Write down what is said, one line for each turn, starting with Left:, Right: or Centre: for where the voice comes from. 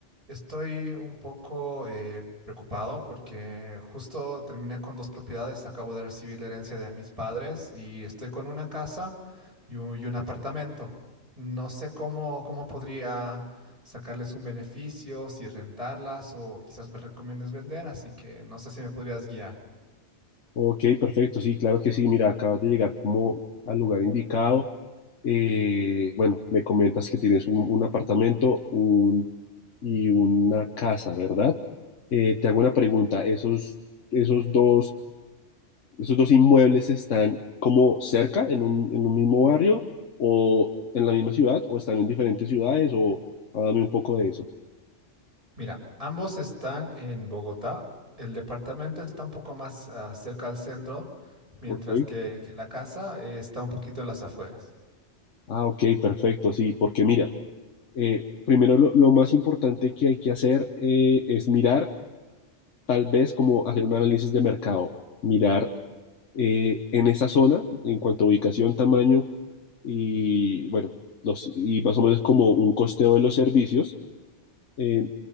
Right: estoy un poco eh, preocupado porque justo terminé con dos propiedades, acabo de recibir la herencia de mis padres y estoy con una casa y un, y un apartamento. No sé cómo, cómo podría sacarles un beneficio, si rentarlas o quizás me recomiendes vender, así que no sé si me podrías guiar.
Left: Ok, perfecto, sí, claro que sí. Mira, acabas de llegar como al lugar indicado. Eh, bueno, me comentas que tienes un, un apartamento un, y una casa, ¿verdad? Eh, te hago una pregunta. ¿Esos, esos dos, esos dos inmuebles están como cerca, en un, en un mismo barrio, o en la misma ciudad, o están en diferentes ciudades, o háblame un poco de eso.
Right: Mira, ambos están en Bogotá. El departamento está un poco más ah, cerca al centro, mientras
Left: Ok.
Right: que, que la casa eh, está un poquito en las afueras.
Left: Ah, ok, perfecto, sí, porque mira, eh, primero lo, lo más importante que hay que hacer eh, es mirar, tal vez como hacer un análisis de mercado, mirar eh, en esa zona, en cuanto a ubicación, tamaño y, bueno, los, y más o menos como un costeo de los servicios, eh,